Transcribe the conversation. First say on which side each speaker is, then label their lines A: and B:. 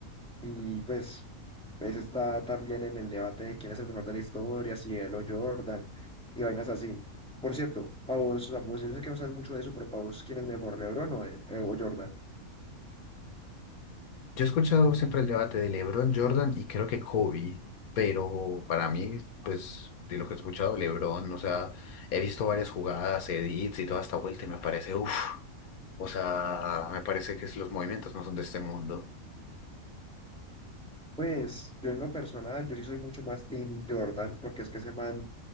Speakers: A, in the centre; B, on the left (about 85°).
A: y pues, pues está también en el debate de quién es el mejor de la historia, si él o Jordan y vainas así. Por cierto, para vos, a vos, yo sé que no sabes mucho de eso, pero para vos, ¿quién es mejor, LeBron o, él, eh, o Jordan?
B: Yo he escuchado siempre el debate de LeBron, Jordan y creo que Kobe, pero para mí, pues, de lo que he escuchado, LeBron, o sea, he visto varias jugadas, edits y toda esta vuelta y me parece, uff, o sea, me parece que es- los movimientos no son de este mundo.
A: Pues yo en lo personal, yo sí soy mucho más Team Jordan, porque es que ese man